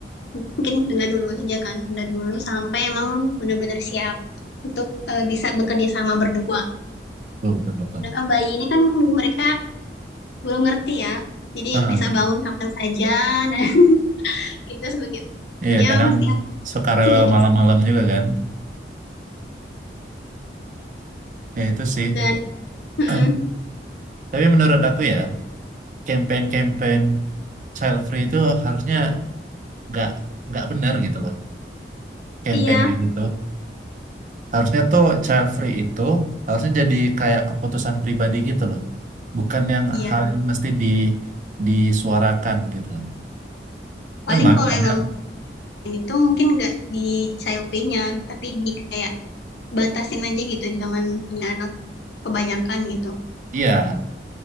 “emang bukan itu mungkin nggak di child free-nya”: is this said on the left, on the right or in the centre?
Left